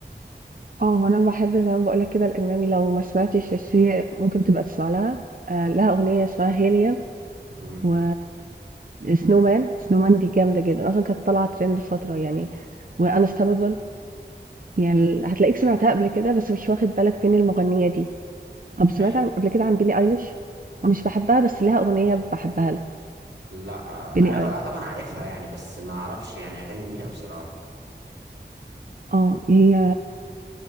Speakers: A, on the right; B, on the right.
A: اه أنا بحب زي ما بقولك كده الأجنبي لو ما سمعتش الشيء ممكن تبقى تسمع لها آه، لها أغنية اسمها هيليا
B: مم.
A: و سنو مان سنو مان دي جامدة جدا أصلا كانت طالعة ترند فترة يعني وانستاببل يعني هتلاقيك سمعتها قبل كده بس مش واخد بالك مين المغنية دي طب سمعت
B: ايوه
A: عن قبل كده عن billie eilish؟ مش باحبها بس ليها أغنية باحبها لها.
B: لا آه،
A: بيلي
B: ايوه
A: ايل
B: آه، طبعا عارفها يعني بس ما اعرفش يعني اغاني ليها بصراحه
A: آه هي